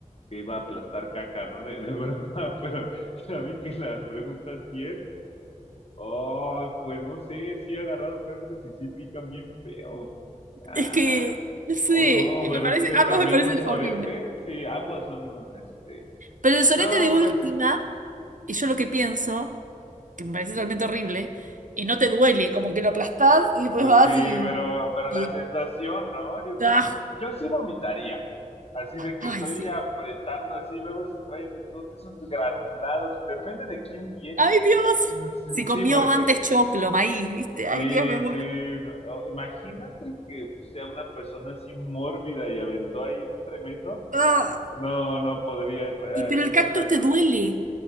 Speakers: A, on the left (about 45°); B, on the right (about 70°).
A: que iba a aplastar caca, ¿no? De, de verdad, <laughs> pero ya vi que la pregunta sí es. Oh, pues no sé, sí he agarrado cactus y sí pican bien feo. Ah,
B: Es que, no sé,
A: oh no, pero
B: me parece,
A: es que
B: ambos
A: también
B: me parecen
A: un sorete,
B: horribles.
A: sí, ambos son, este,
B: Pero el sorete
A: no,
B: de última.
A: pues,
B: Y yo lo que pienso, que me parece totalmente horrible, y no te duele, como que lo aplastás y después
A: pues
B: vas
A: sí, pero,
B: y...
A: pero
B: y-
A: la sensación, ¿no? Yo creo
B: ah,
A: que yo sí vomitaría, así de que
B: ay,
A: estoy
B: sí.
A: apretando así, luego si traes, ¿dónde esos granulados? Depende de quién viene.
B: ¡Ay, Dios! Si
A: Sí,
B: comió
A: porque
B: antes choclo, maíz, ¿viste? ¡Ay,
A: Sí,
B: Dios, me muero!
A: sí, o- imagínate que pues, sea una persona así mórbida y aventó ahí un tremendo.
B: ¡Ah!
A: No, no podría, eh, elijo
B: Y pero
A: el
B: el
A: hijo
B: cactus
A: del cactus.
B: te duele.